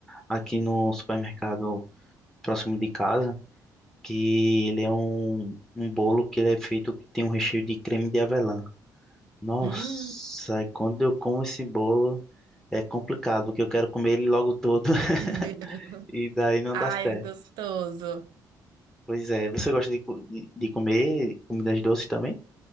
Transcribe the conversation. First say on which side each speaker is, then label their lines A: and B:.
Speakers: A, in the centre; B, on the right.
A: aqui no supermercado próximo de casa, que ele é um, um bolo que ele é feito que tem um recheio de creme de avelã. Nossa,
B: hum.
A: e quando eu como esse bolo, é complicado, porque eu quero comer ele logo todo, <laughs>
B: <laughs>
A: e daí não
B: Ai,
A: dá certo.
B: é gostoso.
A: Pois é, você gosta de, co- de, de comer comidas doces também?